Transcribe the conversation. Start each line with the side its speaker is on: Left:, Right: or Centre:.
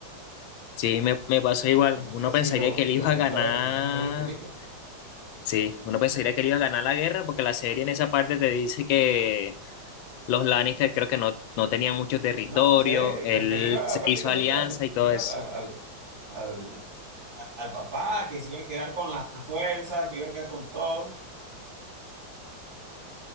Left: Sí, me, me pasó igual,
Right: No
Left: uno
Right: sé si
Left: pensaría
Right: lo,
Left: que él
Right: si
Left: iba
Right: lo llegaste
Left: a ganar
Right: a ver, no sé si lo viste, ¿viste?
Left: Sí, uno pensaría que le iba a ganar la guerra porque la serie en esa parte te dice que los Lannister creo que no, no tenían mucho territorio,
Right: No, sé,
Left: él
Right: que, que él iba
Left: se-
Right: prácticamente
Left: hizo alianza
Right: a sustituir
Left: y todo eso.
Right: al, al, al, al, al papá, que se iba a quedar con las fuerzas, que iba a quedar con todo.